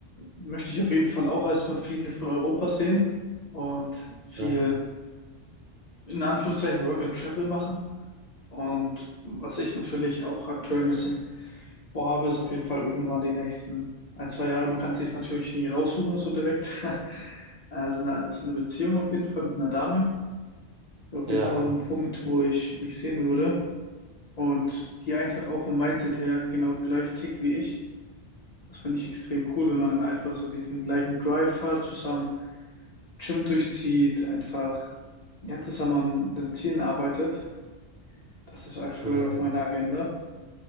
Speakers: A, on the left; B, on the right.
A: möchte ich auf jeden Fall auch erstmal viel von Europa sehen und viel
B: Ja.
A: in Anführungszeichen Work and Travel machen. Und was ich natürlich auch aktuell ein bisschen vorhabe, ist auf jeden Fall irgendwann die nächsten ein, zwei Jahre. Man kann es sich natürlich nie raussuchen, so direkt. <laughs> Also eine, so eine Beziehung auf jeden Fall mit einer Dame. Wäre auf
B: Ja.
A: jeden Fall mal so ein Punkt, wo ich mich sehen würde. Und die einfach auch vom Mindset her genau gleich tickt wie ich. Das finde ich extrem cool, wenn man dann einfach so diesen gleichen Drive hat, zusammen Gym durchzieht, einfach ja, zusammen an den Zielen arbeitet. Das ist aktuell
B: Mhm.
A: auf meiner Agenda.